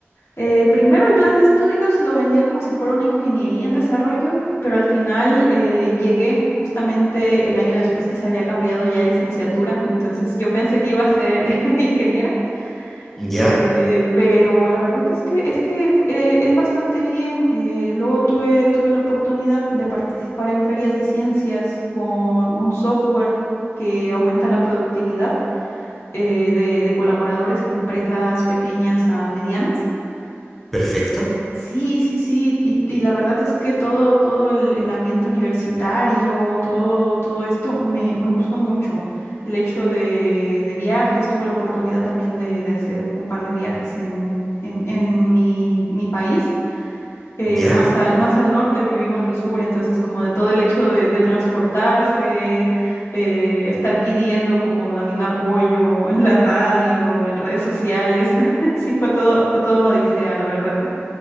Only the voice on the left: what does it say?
eh, primero el plan de estudios lo vendía como si fuera una ingeniería en desarrollo, pero al final eh, llegué justamente el año después que se había cambiado ya a licenciatura, entonces yo pensé que iba a ser <laughs> ingeniera,
eh, pero la verdad es que es que eh, es bastante bien. Eh, luego tuve, tuve la oportunidad de participar en ferias de ciencias con un software que aumenta la productividad eh, de de colaboradores en empresas pequeñas a medianas.
Y- Sí, sí, sí, y, y la verdad es que todo, todo el, el ambiente universitario, todo, todo esto me, me gustó mucho. El hecho de, de viajes, tuve la oportunidad también de, de hacer un par de viajes en, en, en mi, mi país, eh,
más al, más al norte, porque yo vivo en el sur, entonces como de todo el hecho de, de transportarse, eh, estar pidiendo como también apoyo en la radio, en redes sociales, <laughs> sí, fue todo, fue todo una odisea, la verdad.